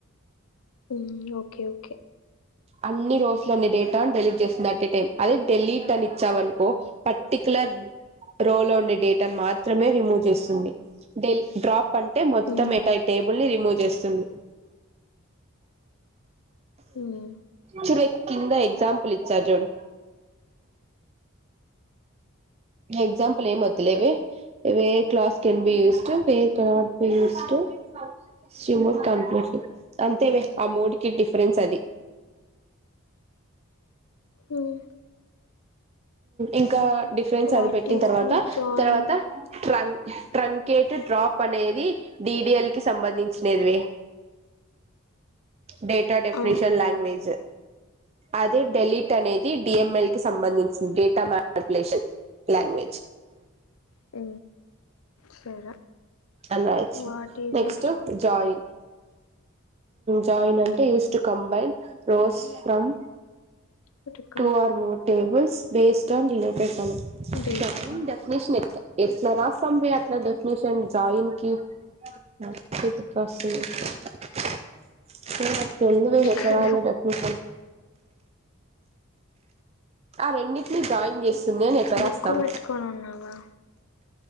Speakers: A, on the left; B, on the right.
A: మ్మ్ ఓకే ఓకే
B: అన్ని రోస్ లో ఉండే డేటా ని డెలీట్ చేస్తుంది అట్ ఎ టైం అదే డెలీట్ అని ఇచ్చావనుకో పర్టికులర్ రోలో ఉండే డేటాని మాత్రమే రిమూవ్ చేస్తుంది డెలి డ్రాప్ పంటే మొత్తం
A: మ్మ్
B: ఎంటైర్ టేబుల్ని రిమూవ్ చేస్తుంది
A: మ్మ్
B: చూడు వె కింద ఎగ్జాంపుల్ ఇచ్చారు చూడు ఎగ్సాంపల్ ఏమొద్దులేవే where clause can be used where where cannot be used సి మూడ్ కంప్లీట్లీ అంతే వే ఆ మూడ్ కి డిఫరెన్స్ అది
A: హ్మ్
B: ఇంకా డిఫరెన్స్
A: వాట్
B: అది పెట్టిన
A: ఈస్
B: తర్వాత
A: ది జాయిన్
B: తర్వాత ట్రం ట్రంకేట్ డ్రాప్ అనేది డిడిఎల్ కి సంబంధించినేది వే డేటా డెఫనేషన్
A: ఆ
B: లాంగ్వేజ్ అదే డెలీట్ అనేది డి ఎం ఎల్ కి సంబంధించి డేటా మానిపులేషన్ లాంగ్వేజ్
A: అ సరే
B: అనాయిచ్చినా
A: what is
B: next
A: a
B: join join అంటే use to combine rows from
A: ఉటు
B: two or more tables based on related ఫలం
A: బేస్డ్
B: ట్రైం
A: ఆన్
B: ద నిష్ నెప్ ఎట్లా రాస్తాం వే అట్లా డెఫినిషన్ జాయిన్ కి <unintelligible> తెల్దు వే ఎట్ల
A: కదా
B: రాయాలో డెఫినిషన్ ఆ రెండిటినీ జాయిన్ చేస్తుంది అని ఎట్ల రాస్తాం
A: బుక్ పెట్టుకొని ఉన్నావా